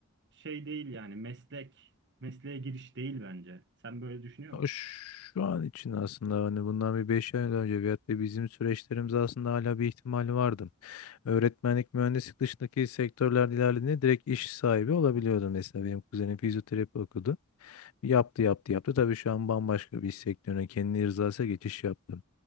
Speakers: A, on the right; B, on the left.
A: şey değil yani meslek mesleğe giriş değil bence. Sen böyle düşünüyor
B: O
A: musun?
B: Şu an için aslında hani bundan bir 5 ay önce veyahut da bizim süreçlerimiz aslında hala bir ihtimali vardı. Öğretmenlik, mühendislik dışındaki sektörler ilerlediğinde direkt iş sahibi olabiliyordu. Mesela benim kuzenim fizyoterapi okudu. Yaptı, yaptı, yaptı. Tabii şu an bambaşka bir iş sektörüne kendi rızasıyla geçiş yaptı.